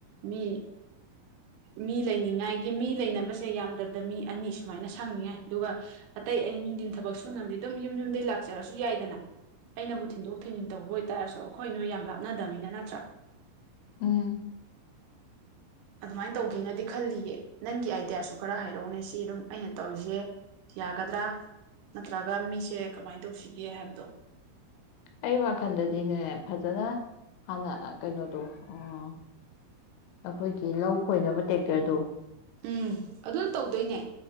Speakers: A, on the right (about 75°); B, on the left (about 80°).
A: ꯃꯤ ꯃꯤ ꯂꯩꯅꯤꯡꯉꯥꯏꯒꯤ ꯃꯤ ꯂꯩꯅꯕ ꯁꯦ ꯌꯥꯝꯗꯕꯗ ꯃꯤ ꯑꯅꯤ ꯁꯨꯃꯥꯏꯅ ꯁꯪꯅꯤꯡꯉꯥꯏ ꯑꯗꯨꯒ ꯑꯇꯩ ꯑ ꯅꯨꯡꯊꯤꯟ ꯊꯕꯛ ꯁꯨꯅꯕꯗꯤ ꯑꯗꯨꯝ ꯌꯨꯝ ꯌꯨꯝꯗꯒꯤꯩ ꯂꯥꯛꯆꯔꯁꯨ ꯌꯥꯏꯗꯅ ꯑꯩꯅꯕꯨ ꯊꯤꯟꯗꯣꯛ ꯊꯤꯟꯖꯤꯟ ꯇꯧꯕ ꯑꯣꯏꯇꯥꯔꯁꯨ ꯑꯩꯈꯣꯏ ꯅꯣꯏ ꯌꯥꯝ ꯂꯥꯞꯅꯗꯕꯃꯤꯅ ꯅꯠꯇ꯭ꯔꯥ
B: ꯎꯝ
A: ꯑꯗꯨꯃꯥꯏꯅ ꯇꯧꯒꯦꯅꯗꯤ ꯈꯜꯂꯤꯌꯦ ꯅꯪꯒꯤ ꯑꯥꯏꯗꯤꯌꯥꯁꯨ ꯈꯔ ꯍꯥꯏꯔꯛꯅꯦ ꯁꯤ ꯑꯗꯨꯝ ꯑꯩꯅ ꯇꯧꯔꯤꯁꯦ ꯌꯥꯒꯗ꯭ꯔꯥ ꯅꯠꯇ꯭ꯔꯒ ꯃꯤꯁꯦ ꯀꯃꯥꯏꯅ ꯇꯧꯁꯤꯒꯦ ꯍꯥꯏꯕꯗꯣ
B: ꯑꯩ ꯋꯥꯈꯜꯗꯗꯤꯅꯦ ꯐꯖꯅ ꯍꯥꯟꯅ ꯀꯩꯅꯣꯗꯣ ꯑꯣ ꯑꯩꯈꯣꯏꯒꯤ ꯂꯧ ꯈꯣꯏꯅꯕ ꯇ꯭ꯔꯦꯛꯇꯔꯗꯨ
A: ꯎꯝ ꯑꯗꯨꯅ ꯇꯧꯗꯣꯏꯅꯦ